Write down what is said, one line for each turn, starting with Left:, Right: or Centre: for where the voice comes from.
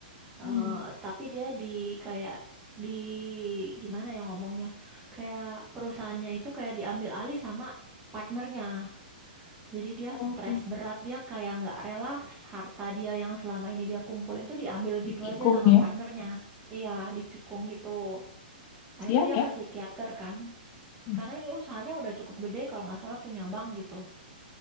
Left: Hmm.
Right: Eh, tapi dia di kayak di gimana ya ngomongnya? Kayak perusahaannya itu kayak diambil alih sama partnernya. Jadi dia
Left: Hmm,
Right: stres berat, dia kayak nggak rela harta dia yang selama ini dia kumpulin tuh diambil gitu
Left: Ditikung
Right: aja sama partnernya.
Left: ya,
Right: Iya, ditikung gitu.
Left: sian
Right: Akhirnya dia
Left: ya.
Right: ke psikiater kan.
Left: Hmm.
Right: Karena ini usahanya udah cukup gede kalau nggak salah punya bank gitu.